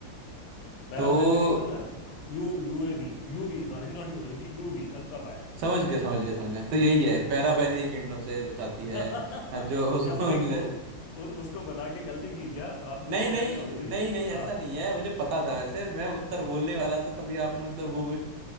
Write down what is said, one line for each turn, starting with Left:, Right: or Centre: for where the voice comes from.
Left: पैरा
Right: तो
Left: बैंगनी मतलब U UAV UV sorry not UAV UV ultraviolet
Right: समझ गया समझ गया समझ गया तो यही है पैरा बैंगनी किरणों से बचाती
Left: <laughs>
Right: है
Left: क्या
Right: हाँ, जो ओजोन
Left: मैंने वो
Right: ले...
Left: उ, उसको बता के गलती की क्या आपने
Right: नहीं
Left: तो
Right: नहीं
Left: पकड़ लिया उसको ही
Right: नहीं नहीं ऐसा
Left: हाँ
Right: नहीं है मुझे पता था वैसे मैं उत्तर बोलने वाला था तभी आपने मतलब वो